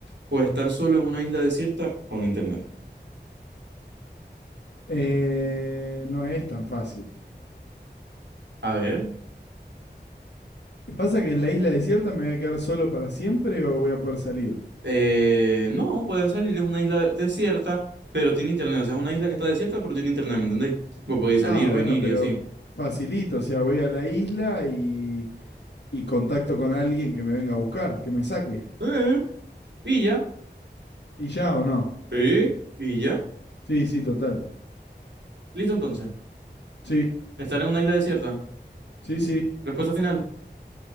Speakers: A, on the right; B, on the left.
A: o estar solo en una isla desierta con internet?
B: Eh, no es tan fácil.
A: A ver,
B: ¿Pasa que en la isla desierta me voy a quedar solo para siempre o voy a poder salir?
A: eh, no, puede salir, es una isla desierta, pero tiene internet. O sea, es una isla que está desierta, pero tiene internet, ¿me entendéis? Vos podéis
B: Ah,
A: salir,
B: bueno,
A: venir
B: pero
A: y así.
B: facilito, o sea, voy a la isla y, y contacto con alguien que me venga a buscar, que me saque.
A: Eh, y ya,
B: ¿Y ya o no?
A: eh, y ya.
B: Sí, sí, total.
A: Listo entonces.
B: Sí,
A: Estar en una isla desierta.
B: sí, sí,
A: Respuesta final.